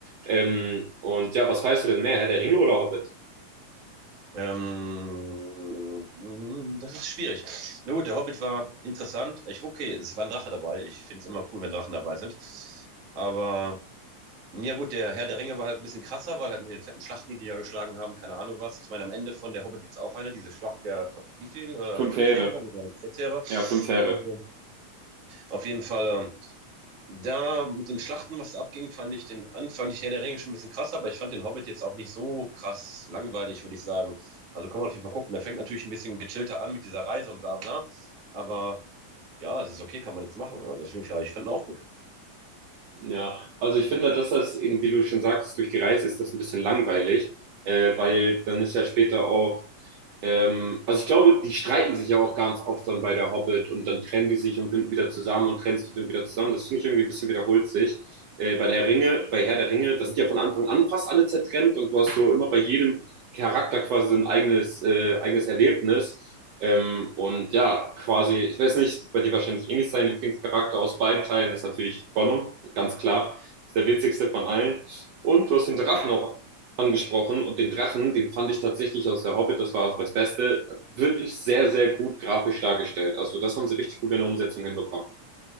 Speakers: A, on the right; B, on the right.
A: Ähm, und ja, was weißt du denn mehr, Herr der Ringe oder Hobbit?
B: Ähm, das ist schwierig. Na gut, der Hobbit war interessant. Ich, okay, es war ein Drache dabei. Ich finde es immer cool, wenn Drachen dabei sind. Aber ja gut, der Herr der Ringe war halt ein bisschen krasser, weil halt mit den fetten Schlachten, die die da geschlagen haben, keine Ahnung was. Ich meine, am Ende von der Hobbit gibt's auch eine, diese Schlacht der, ich glaub, wie viel? Äh,
A: Fünf
B: fünf
A: Fähre.
B: Heere oder sechs Heere.
A: Ja, fünf Fähre.
B: Und, äh, auf jeden Fall, ähm, da mit den Schlachten, was abging, fand ich den Anfang, ich Herr der Ringe schon ein bisschen krasser, aber ich fand den Hobbit jetzt auch nicht so krass langweilig, würde ich sagen. Also kann man auf jeden Fall gucken. Der fängt natürlich ein bisschen gechillter an mit dieser Reise und bla bla. Aber ja, es ist okay, kann man jetzt machen. Also ich, ja, ich fand ihn auch gut.
A: Ja, also ich finde, dass das eben, wie du schon sagtest, durch die Reise ist das ein bisschen langweilig, äh, weil dann ist ja später auch, ähm, also ich glaube, die streiten sich ja auch ganz oft dann bei der Hobbit und dann trennen die sich und finden wieder zusammen und trennen sich wieder wieder zusammen. Das finde ich irgendwie ein bisschen wiederholt sich. Äh, bei der Ringe, bei Herr der Ringe, da sind ja von Anfang an fast alle zertrennt und du hast so immer bei jedem Charakter quasi so ein eigenes, äh, eigenes Erlebnis. Ähm, und ja, quasi, ich weiß nicht, bei dir wahrscheinlich ähnlich sein Lieblingscharakter aus beiden Teilen ist natürlich Gollum, ganz klar. Ist der witzigste von allen. Und du hast den Drachen auch angesprochen und den Drachen, den fand ich tatsächlich aus der Hobbit, das war auch das Beste, wirklich sehr, sehr gut grafisch dargestellt. Also das haben sie richtig gut in der Umsetzung hinbekommen.